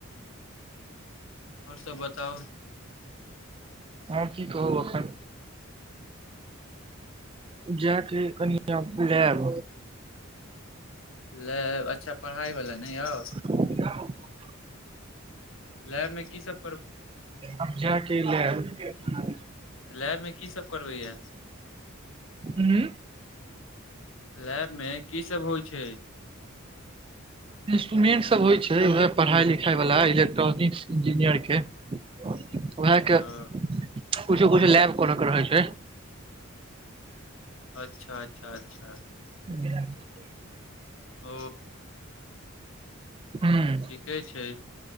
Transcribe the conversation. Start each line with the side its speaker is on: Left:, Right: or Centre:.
Left: आओर सभ बताउ।
Right: हँ, कि कहू एखन। जाके कनि लेब।
Left: लेब अच्छा, पढ़ाई वाला नहि यौ।
Right: <inaudible>
Left: लैब मे कि सभ।
Right: आब जके लेलऽ
Left: लैबमे कि सभ करबैय।
Right: हूँ
Left: लैब मे कि सभ होइ छै।
Right: इंस्ट्रमेंट सभ होइ छै, उहे पढ़ाइ लिखाइ वला इलेक्ट्रॉनिक्स इंजीनियर के। उएह के कुछो
Left: ओ
Right: कुछो लैब कोरे के रहै छै।
Left: अच्छा, अच्छा, अच्छा।
Right: <unintelligible>
Left: ओ।
Right: हुँ।
Left: ठीके छै।